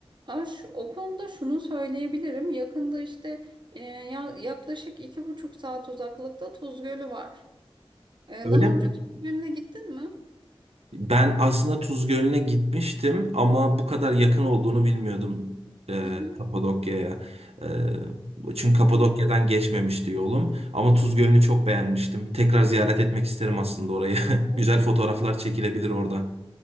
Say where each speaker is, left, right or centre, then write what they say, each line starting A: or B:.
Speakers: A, on the right; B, on the right.
A: Ama şu- o konuda şunu söyleyebilirim. Yakında işte e, ya- yaklaşık iki buçuk saat uzaklıkta Tuz Gölü var. E,
B: Öyle
A: daha
B: mi?
A: önce Tuz Gölü'ne gittin mi?
B: Ben aslında Tuz Gölü'ne gitmiştim ama bu kadar yakın olduğunu bilmiyordum e,
A: Hı hı.
B: Kapadokya'ya. E, çünkü Kapadokya'dan
A: Evet,
B: geçmemişti yolum. Ama Tuz Gölü'nü çok beğenmiştim. Tekrar ziyaret etmek isterim aslında orayı. <laughs>
A: evet.
B: Güzel fotoğraflar çekilebilir orada.